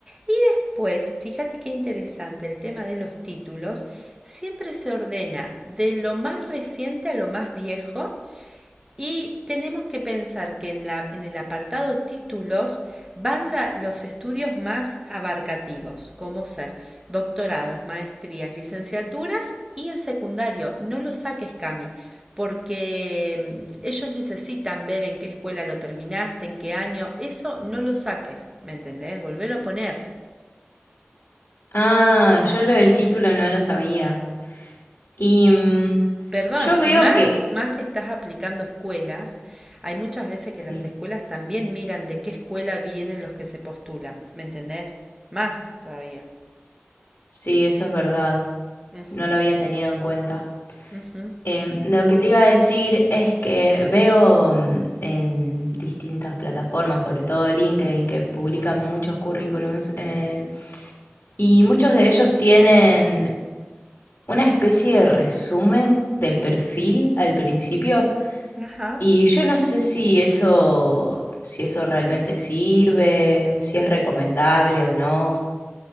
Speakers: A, on the right (about 15°); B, on the left (about 60°).
A: Y pues fíjate qué interesante el tema de los títulos. Siempre se ordena de lo más reciente a lo más viejo y tenemos que pensar que en, la- en el apartado títulos van la- los estudios más abarcativos, como ser doctorados, maestrías, licenciaturas y el secundario. No lo saques, Cami, porque mm, ellos necesitan ver en qué escuela lo terminaste, en qué año. Eso no lo saques, ¿me entendés? Volvelo a poner.
B: Ah, yo lo del título no lo sabía. Y mm,
A: Perdón,
B: yo veo
A: y más,
B: que...
A: más que estás aplicando escuelas, hay muchas veces que
B: Sí,
A: las escuelas también miran de qué escuela vienen los que se postulan, ¿me entendés? Más todavía.
B: sí, eso es verdad.
A: Ujú,
B: No lo había tenido en cuenta.
A: ujú.
B: Em, lo que te iba a decir es que veo mm, en distintas plataformas, sobre todo LinkedIn, que publican muchos currículums eh, y muchos de ellos tienen una especie de resumen del perfil al principio.
A: Ajá.
B: Y yo no sé si eso, si eso realmente sirve, si es recomendable o no.